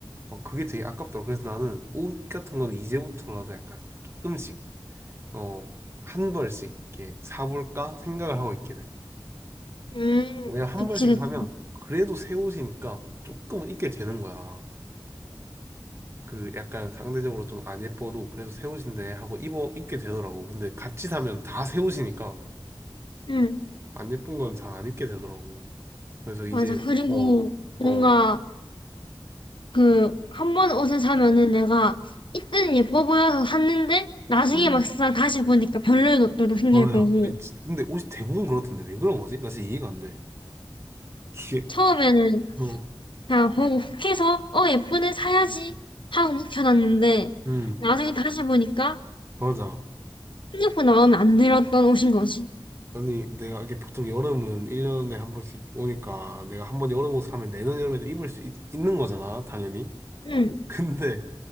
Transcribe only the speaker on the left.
음,
그치,
그치.
응
맞아. 그리고
뭔가
그 한 번 옷을 사면은 내가 이때는 예뻐 보여서 샀는데 나중에
막상 다시 보니까 별로인 옷들도 생길
거고
처음에는
그냥 보고 혹해서 어 예쁘네 사야지 하고 묵혀놨는데
나중에 다시 보니까
생각보다 마음에 안 들었던 옷인 거지.
응.